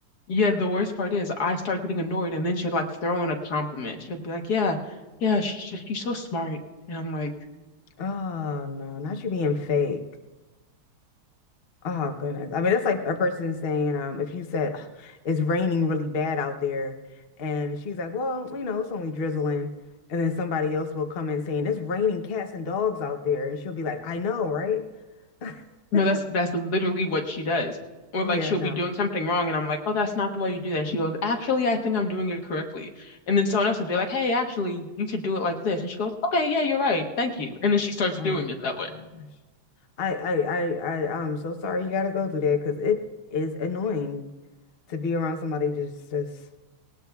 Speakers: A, on the left; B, on the left.
A: yeah, the worst part is I start getting annoyed, and then she'll like throw in a compliment. She'll be like, "Yeah, yeah, she's she's so smart," and I'm like.
B: Oh no, not you being fake. Oh goodness. I mean, that's like a person saying, um, if you said "Ugh, it's raining really bad out there, and she's like, well, you know, it's only drizzling, and then somebody else will come in saying it's raining cats and dogs out there, and she'll be like, I know, right? <laughs>
A: No, that's that's literally what she does. Or
B: Yeah,
A: like she'll
B: no.
A: be doing something wrong and I'm like, "Oh, that's not the way you do that." And she goes, "Actually, I think I'm doing it correctly." And then someone else will be like, "Hey, actually, you should do it like this." And she goes, "Okay, yeah, you're right. Thank you." And then she starts
B: Oh
A: doing it
B: gosh.
A: that way.
B: I I I I I'm so sorry you gotta go through that because it is annoying to be around somebody just just